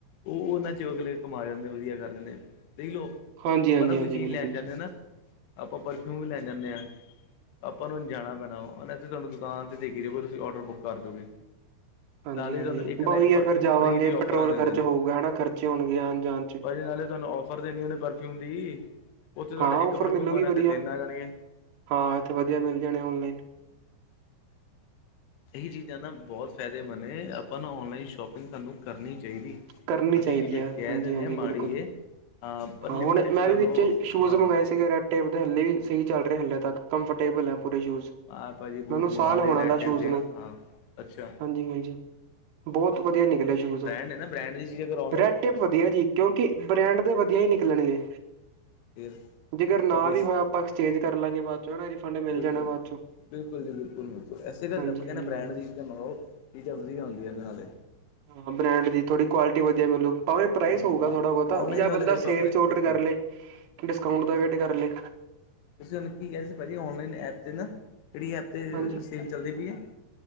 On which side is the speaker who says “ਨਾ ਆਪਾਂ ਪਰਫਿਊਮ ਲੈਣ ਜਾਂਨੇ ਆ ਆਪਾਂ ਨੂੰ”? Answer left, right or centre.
Left